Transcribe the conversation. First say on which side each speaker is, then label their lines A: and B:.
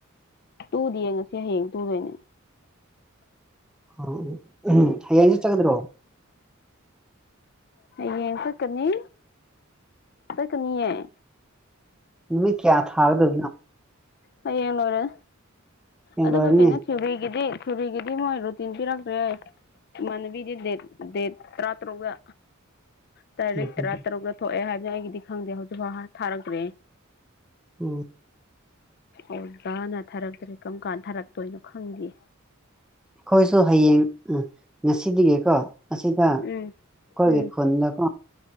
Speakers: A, on the left; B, in the centre.
A: ꯇꯨꯗ‌ꯦ ꯌꯦꯡ ꯉꯁꯤ ꯍꯌꯦꯡ ꯇꯨꯗꯣꯏꯅꯦ
B: ꯍꯌ‌ꯦꯡ‌ ꯍꯥꯡꯆꯤꯠ‌ ꯆꯠꯀꯗꯔꫭ
A: ꯍꯌꯦꯡ ꯆꯠꯀꯅꯤ ꯆꯠꯀꯅꯤꯌꯦ
B: ꯎ ꯀꯌꯥ ꯊꯥ ꯑꯗꯨꯗꯅ
A: ꯍꯌꯦꯡ ꯂꯨꯔꯦ
B: ꯍꯌꯦꯡ
A: ꯑꯗꯨꯒ
B: ꯂꯣꯏꯔꯅꯤ
A: ꯀꯩꯅꯣ ꯊꯕꯤꯒꯤꯗꯤ ꯊꯨꯔ ꯀꯦꯗꯤ ꯃꯣꯏꯔꯣ ꯇꯤꯟꯗꯤꯤꯔꯛꯗꯦꯦ ꯃꯅꯕꯤꯗꯤ ꯗ ꯗꯦ ꯇꯔꯥ ꯇꯔꯨꯒ ꯇꯥꯔꯤꯛ
B: ꯎꯝ
A: ꯇꯔꯥ
B: ꯎꯝ ꯎꯝ
A: ꯇꯔꯨꯛꯇ ꯊꯣꯛꯑꯦ ꯍꯥꯏꯕꯅ ꯑꯩꯒꯤꯗꯤ ꯈꯪꯗꯦ ꯍꯧꯖꯤꯛꯐꯥꯎ ꯊꯥꯔꯛꯇ꯭ꯔꯦ
B: ꯎꯝ
A: ꯑꯣꯖꯥꯅ ꯊꯥꯔꯛꯇ꯭ꯔꯔꯤ ꯀꯔꯝ ꯀꯥꯟꯗ ꯊꯥꯔꯛꯇꯣꯏꯅꯣ ꯈꯪꯗꯦ
B: ꯑꯩꯈꯣꯏꯁꯨ ꯍꯌꯦꯡ ꯎ ꯉꯁꯤꯗꯒꯤꯀꯣ ꯑꯁꯤꯗ ꯑꯩꯈꯣꯏꯒꯤ
A: ꯎꯝ ꯎꯝ
B: ꯐꯨꯜꯗꯀꯣ